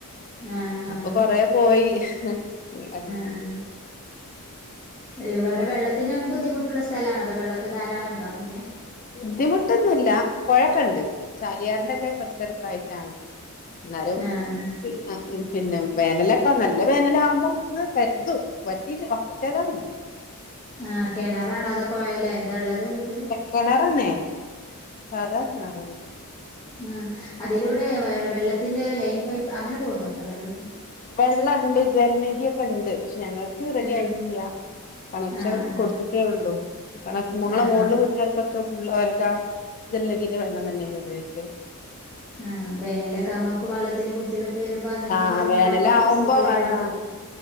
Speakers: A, on the left; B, on the left.
A: ആഹ് ആഹ്
B: അപ്പൊ കൊറേ പോയി <unintelligible>
A: ആഹ് ഇവടെ വെള്ളത്തിനൊക്കെ ബുദ്ധിമുട്ട്ള്ള സ്ഥലാണോ അതോ വെള്ളൊക്കെ ധാരാളണ്ടോ എങ്ങെന്യ?
B: ബുദ്ധിമുട്ടൊന്നുല്ലാ പൊഴൊക്കെണ്ട് ചാലിയാറിന്റെക്കെ പരിസരത്തായിട്ടാണ്. ന്നാലും
A: ആഹ് ആഹ്
B: പി അഹ് ഉം പിന്നെ വേനലൊക്ക നല്ല വേനലാവുമ്പം ഒന്ന് കര്തും വറ്റീട്ട് <unintelligible> ന്നുല്ല.
A: ആഹ് കെണറാണോ അതോ കോയല എന്താ ള്ളത് വീട്ട്ല്?
B: കെണറെന്നെ സാധാ കെണെറെന്നെ.
A: ഉം അതിലൂടെ വേഴ വെള്ളത്തിന്റെ ലൈൻ പൈപ്പ് അങ്ങനെ പോവുന്നുണ്ട് വെള്ള
B: വെള്ളണ്ട് ജലനിധ്യൊക്കെണ്ട് പക്ഷെ ഞങ്ങക്ക് റെഡ്യായിട്ടില്ല.
A: ആഹ്
B: കണക്ഷൻ
A: ആഹ്
B: കൊട്ത്ത്ട്ടേള്ളൂ കണ ഞങ്ങളെ
A: ആഹ്
B: മോളില്
A: ആഹ്
B: ഓർക്കൊക്കെ ഫുള് ഓൽക്കാ ജലനിധിൻ്റെ വെള്ളം തന്നെണ് ഉപയോഗിക്കല്.
A: ആഹ് വേനലൊക്കാവുമ്പോ അമക്ക് വെള്ളത്തിന് ബുദ്ധിമുട്ട് വെരുമ്പോ അങ്ങൻത്തെ
B: ആഹ്
A: ക്കെദെക്കെണ്ടാവുമ്പോ
B: വേനലാവുമ്പോ
A: സൗകര്യവുന്ന
B: അതാ
A: <unintelligible> ആ <unintelligible>